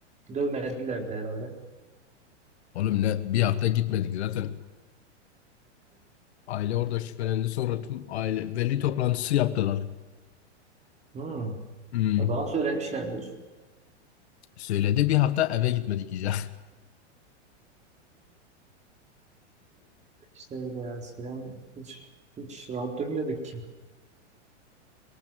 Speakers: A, on the right (about 20°); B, on the left (about 65°).
A: Dövmediler de herhalde.
B: Oğlum ne bir hafta gitmedik zaten. Aile orada şüphelendi sonra tüm aile veli toplantısı yaptılar.
A: Hmm.
B: Hmm.
A: O zaman söylemişlerdir.
B: Söyledi bir hafta eve gitmedik ya.
A: İşte öyle eskiden hiç hiç rahat durmuyorduk ki.